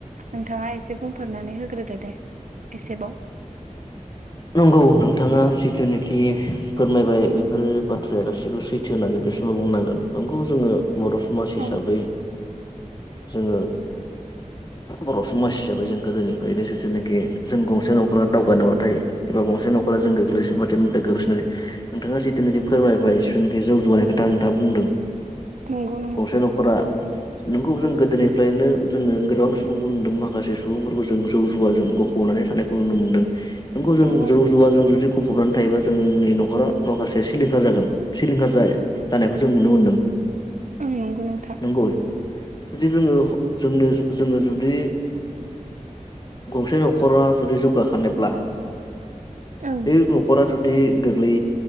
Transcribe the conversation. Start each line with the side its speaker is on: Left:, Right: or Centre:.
Right: नोंथाङा एसे बुंफोरनानै होग्रोदो दे एसेबाव
Left: नंगौ नोंथाङा जिथुनाखि फोरमायबाय बेफोर बाथ्राया गाससिबो सैथो होननानै बे समाव बुंनांगोन नंगौ जोङो बर' समाज हिसाबै
Right: औ
Left: जोङो बर' समाज हिसाबै जों गोदोनिफ्रायनो जेथुनाखि जों गंसे न'खरा दावगानो बा बा एबा गंसे नखरा जों गोग्लैसोबाथाइ ओमफ्राय गोग्लैसोनानै नोंथाङा जिथुनाखि फोरमायबाय जिथुनाखि जौ जुवानि खोथा नोंथाङा बुंदों
Right: नंगौ नंगौ
Left: गंसे न'खरा नोंगौ जों गोदोनिफ्रायनो जोङो गोबां सुबुंफोर नुदों माखासे सुबुंफोरखौ जों जौ जुवाजों गफबनानै थानायखौ नुनो मोनदों नोंगौ जों
Right: औ औ
Left: जौ जुवा जों जुदि गोफबनानै थायोबा जोंनि न'खरा माखासे सिलिंखार जागोन सिलिंखार ज जानायखौ जों नुनो मोनदों
Right: ओं नंगौ नोंथां
Left: नंगौ जुदि जोङो जोंनो जोङो जुदि गंसे न'खरा जुदि जौगाखानोब्ला
Right: ओं
Left: बे न'खरा जुदि गोग्लै